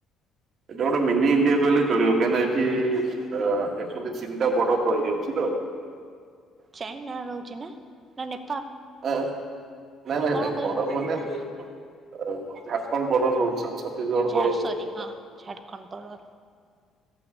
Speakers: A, on the right; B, on the right.
A: ଏଇଟା ଗୋଟେ ମିନି ଇଣ୍ଡିଆ କହିଲେ ଚଳିବ କାହିଁକିନା ଏଠି ଏକ୍ଚୁଆଲି ଚୀନଟା <unintelligible> ହେଇଯାଉଛି ତ
B: ଚାଇନା ରହୁଛି ନା, ନା ନେ
A: ଆଁ, ନାଇଁ ନାଇଁ ନାଇଁ
B: କହିଲେ
A: ବର୍ଡ଼ର ମାନେ ଝାଡ଼ଖଣ୍ଡ ବର୍ଡ଼ର ରହୁଛି ଛତିଶଗଡ଼
B: ଝାଡ଼
A: ବର୍ଡ଼ର
B: ସରି
A: ରହୁଛି
B: ହଁ
A: ଆ
B: ଝାଡ଼ଖଣ୍ଡ ବଡ଼